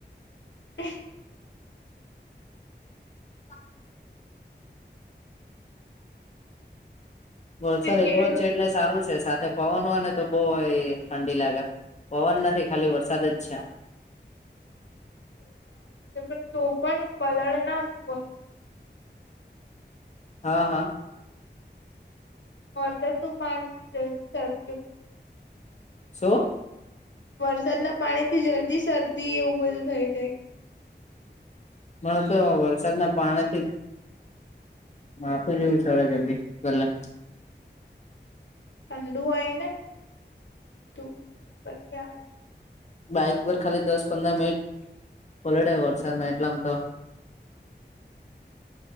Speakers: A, on the left (about 85°); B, on the left (about 40°).
A: <inaudible>
B: <inaudible> વરસાદ
A: જે ખેડૂત
B: એકલો જ છે એટલે સારું છે સાથે પવન હોય ને તો બહ ઠંડી લાગે પવન નથી ખાલી વરસાદ જ છે
A: તો સારું છે પણ તો પણ પલળ ના તું વસરમાં
B: હા હા
A: વર્સાતું પાણી થી જલ્દી સરવ
B: સો
A: વરસાદના પાણી થી જલ્દી શરદી એવું બધું થઈ જાય
B: મને તો વરસાદના પાણા છે મા તોું જોું છડા જલ્દી પલા
A: ઠંડુ હોય ને સીધું ઉપરથી આવે છે
B: બાઈક પર ખાલી દસ પંદર મિનિટ ઓલડે વરસાદમાં એટલામ તો